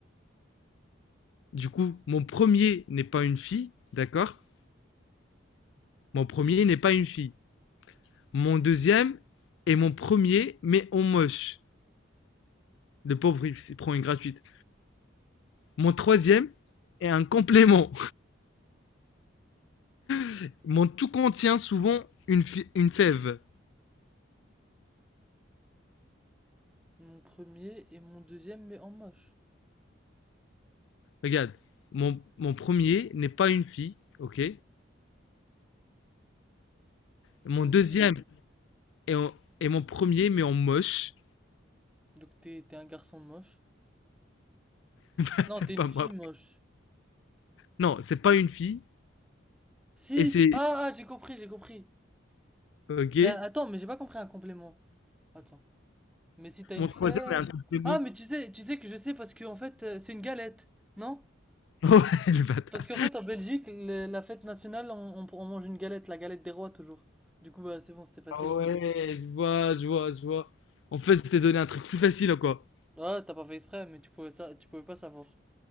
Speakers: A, on the left (about 70°); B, in the centre.
A: Du coup, mon premier n'est pas une fille, d'accord Mon premier n'est pas une fille. Mon deuxième est mon premier, mais en moche. Le pauvre, il s'y prend une gratuite. Mon troisième est un complément. <laughs> Mon tout contient souvent une, une fève.
B: Mon premier et mon deuxième, mais en moche.
A: Regarde, mon, mon premier n'est pas une fille, ok
B: Mon
A: Mon
B: deuxième.
A: deuxième est, en- est mon premier, mais en moche.
B: Donc t'es t'es un garçon moche.
A: <laughs>
B: Non, t'es une
A: pas
B: fille
A: moi,
B: moche.
A: Non, c'est pas une fille
B: Si!
A: et c'est
B: Ah, ah, j'ai compris, j'ai compris.
A: ok.
B: Mais attends, mais j'ai pas compris un complément. Attends. Mais si t'as
A: Mon
B: une
A: troisième
B: fève.
A: est un truc démon.
B: Ah, mais tu sais, tu sais que je sais parce que en fait, euh, c'est une galette, non?
A: <laughs> Ouais, le bâtard.
B: Parce qu'en fait, en Belgique, le- la fête nationale, on, on- on mange une galette, la galette des rois toujours. Du coup, bah, c'est bon, c'était facile.
A: Ah ouais, je vois, je vois, je vois. En fait, c'était donné un truc plus facile, quoi.
B: Ah, t'as pas fait exprès, mais tu pouvais ça, tu pouvais pas savoir.